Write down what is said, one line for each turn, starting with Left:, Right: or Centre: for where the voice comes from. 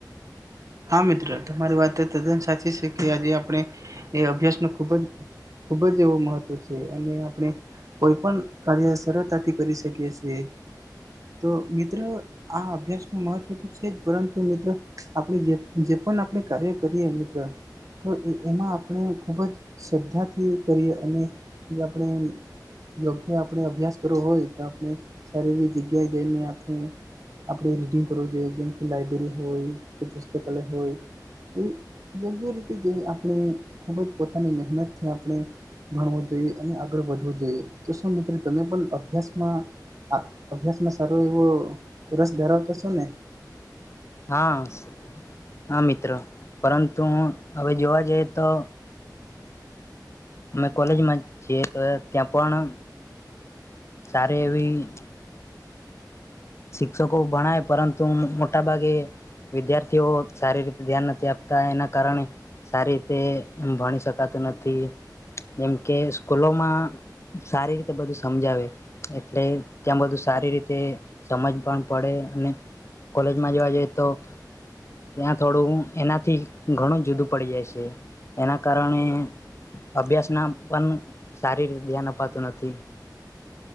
Right: હા મિત્રો તમારી વાત સાચી છે કે અભી આપણે અભ્યાસ ખૂબ જ ખૂબ જ એવો મહત્ત્વ છે અને આપણે કોઈ પણ કાર્ય સરળતાથી કરી શકીએ છીએ તો મિત્રો આ અભ્યાસનું મહત્ત્વ છે જ પરંતુ મિત્ર આપણે જે જે પણ આપણે કાર્ય કરીએ મિત્ર તો એ એમાં આપણે ખૂબ જ શ્રદ્ધાથી કરીએ અને જે આપણે યોગ્ય આપણે અભ્યાસ કરવો હોય તો આપણે સારી એવી જગ્યાએ જઈને આપણે આપણે રીડિંગ કરવું જોઈએ જેમ લાઈબ્રેરી હોય કે પુસ્તકાલય હોય એ યોગ્ય રીતે આપણે ખૂબ જ પોતાની મહેનતથી આપણે ભણવું જોઈએ અને આગળ વધવું જોઈએ તો શું મિત્રો તમે પણ અભ્યાસમાં અભ્યાસમાં સારો એવો રસ ધરાવતા છો ને
Left: હા હા મિત્ર પરંતુ હવે જોવા જઈએ તો અમે કોલેજમાં જ છે તો ત્યાં પણ સારે એવી શિક્ષકો ભણાય પરંતુ મોટા ભાગે વિદ્યાર્થીઓ સારી રી ધ્યાન નથી આપતા એના કારણે સારી રીતે એમ ભણી શકાતું નથી તી જેમ કે સ્કૂલોમાં સારી રીતે બધું સમજાવે એટલે ત્યાં બધું સારી રીતે સમજ પણ પડે અને કોલેજમાં જવા જઈએ તો ત્યાં થોડું એનાથી ઘણું જુદું પડી જાય છે એના કારણે અભ્યાસના પણ સારી રીતે ધ્યાન અપાતું નથી